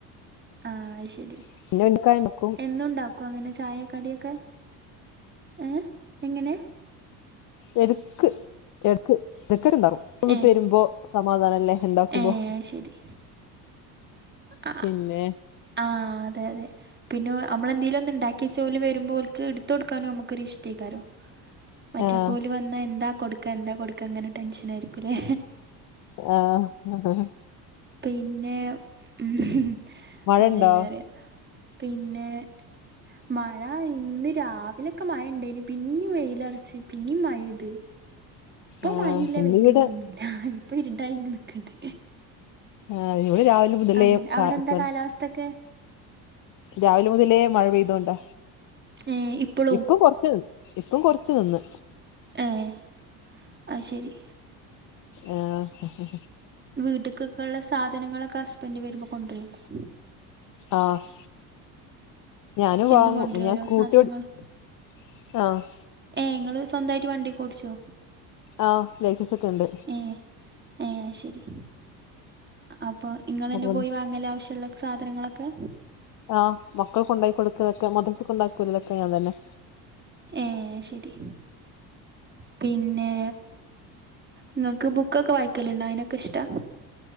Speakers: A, on the right (about 20°); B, on the left (about 45°).
A: അയിശരി
B: <unintelligible>
A: എന്നും ണ്ടാക്കോ അങ്ങനെ ചായ ക്കടിയൊക്കെ ഏഹ് എങ്ങനെ?
B: എട്ക്ക് എട്ക്ക് എടുക്കട്ടണ്ടാവും <inaudible> വിട്ട്
A: ഏഹ്
B: വരുമ്പോ- സമാധാനല്ലേ ഉണ്ടാക്കുമ്പോ
A: ഏഹ് ശരി ആഹ്
B: പിന്നെ
A: ആഹ് അതെ അതെ പിന്നെ നമ്മളെന്തേലും ഒന്ന് ഉണ്ടാക്കിയച്ച ഓൽ വരുമ്പോ ഓല്ക്ക് ഇട്തൊടുക്കാനും നമുകോരിഷ്ട്ട യ്ക്കാരം. മറ്റേ
B: ആഹ്
A: പോലും വന്നാ എന്താ കൊടുക്കാ എന്താ കൊടുക്കാ ഇങ്ങനെ ടെൻഷൻ ആയിരിക്കൂലേ..
B: ആഹ് ആഹ്
A: പിന്നെ ഉം
B: മഴണ്ടോ
A: അതന്നെറിയ പിന്നെ- മഴ ഇന്ന് രാവിലൊക്കെ മഴ ഉണ്ടേന്. പിന്നീ വെയിലറിച്ച് പിന്നിയും മഴയ്ത് ഇപ്പൊ
B: ആഹ്
A: മഴയില്ല,
B: ഇന്നിവിടെ
A: വെയിലൂല്ല ഒന്നുല്ല. ഇപ്പൊ ഇരുടായിങ്ങ നെ നിക്ക്ണ്ട്.
B: ആ ഇവൻ രാവിലെ- മുതലേ
A: <unintelligible> അവിടെ
B: ചാറ്റലാണ്
A: എന്താ കാലാവസ്ഥൊക്കെ?
B: രാവിലെ മുതലേ മഴ പെയ്തോണ്ടാ
A: ഏ ഇപ്പളും
B: ഇപ്പൊ കൊറച്ച് - ഇപ്പം കൊറച്ച് നിന്ന്
A: ഏഹ് അയ് ശരി
B: ആഹ്
A: വീട്ട്കൊക്കെള്ള സാധനങ്ങളൊക്കെ ഹസ്ബൻഡ് വരുമ്പോ കൊണ്ടരയ്ക്കും.
B: ആഹ് ഞാനും
A: എന്നും
B: വാങ്ങും
A: കൊണ്ടരോ
B: ഞാൻ
A: ഓരോ
B: സ്കൂട്ടിയോടി
A: സാധനങ്ങൾ
B: - ആഹ്
A: ഏ ങ്ങള് സ്വന്തായ്ട്ട് വണ്ടിയൊക്കെ ഓടിച്ചോ?
B: ആ ലൈസൻസ് ഒക്കെ ഉണ്ട്.
A: ഏ ഏ ശരി. അപ്പൊ ഇങ്ങൾ തന്നെ
B: അപ്പൊ
A: പോയി വാങ്ങലാ ആവശ്യമുള്ളെ സാധനങ്ങളൊക്കെ?
B: ആഹ് മക്കളെ കൊണ്ടാ കൊടുക്കലൊ ക്കെ മദ്ത്രസ കൊണ്ടാക്കുലെക്കെ ഞാൻ തന്നെ.
A: ഏ ശരി പിന്നെ.. ഇങ്ങക്ക് ബുക്കൊക്കെ വായിക്കലു ണ്ടോ? അതിനൊക്കെ ഇഷ്ടാ..